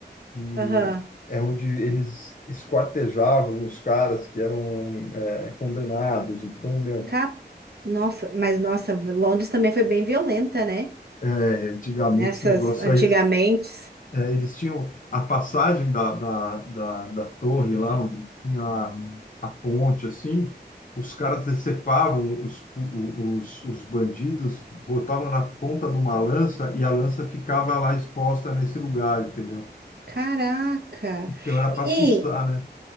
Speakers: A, on the left; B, on the right.
A: e
B: Aham.
A: é onde eles esquartejavam os caras que eram, é, condenados, então, meu,
B: Cap... Nossa, mas nossa, Londres também foi bem violenta, né?
A: é, antigamente
B: Nessas
A: esse negócio
B: antigamente.
A: aí. É, eles tinham a passagem da, da, da, da torre lá, onde tinha a, a ponte, assim, os caras decepavam os, o- os, os bandidos, botavam na ponta de uma lança e a lança ficava lá exposta nesse lugar, entendeu?
B: Caraca.
A: Então era
B: E
A: para assustar, né?